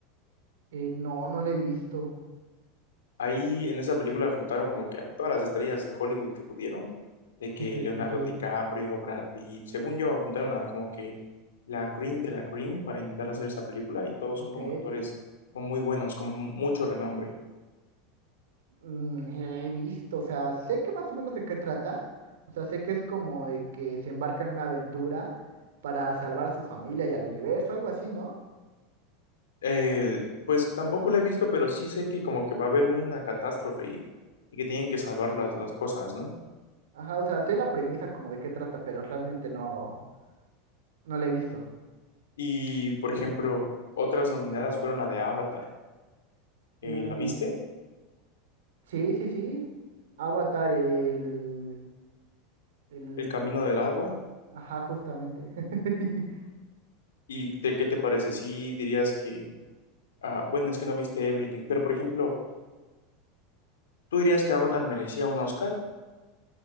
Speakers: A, on the right; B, on the left.
A: Eh, no, no la he visto.
B: Ahí en esa película juntaron como que a todas las estrellas de Hollywood que pudieron, de que
A: <laughs>
B: Leonardo DiCaprio, Brad Pitt, según yo, juntaron a como que la cream de la cream para intentar hacer esa película y todos
A: Ok.
B: son como actores como muy buenos, como mucho renombre.
A: Mm, eh, la he visto, o sea, sé que más o menos de qué trata, o sea, sé que es como de que se embarcan en una aventura para salvar a su familia y al universo, algo así, ¿no?
B: Eh, pues tampoco lo he visto, pero sí sé que como que va a haber una catástrofe y, y que tienen que salvar las, las cosas, ¿no?
A: Ajá, o sea, sé la premisa como de qué trata, pero realmente no, no la he visto.
B: Y por ejemplo, otras nominadas fueron la de Avatar. Eh,
A: Uh,
B: ¿la viste?
A: sí, sí, sí, Avatar, el, el,
B: El Camino del Agua.
A: ajá, justamente. <laughs>
B: ¿Y te- qué te parece? ¿Sí dirías que Ah, bueno, es que no viste Everything, pero por ejemplo, ¿tú dirías que Avatar merecía un Oscar?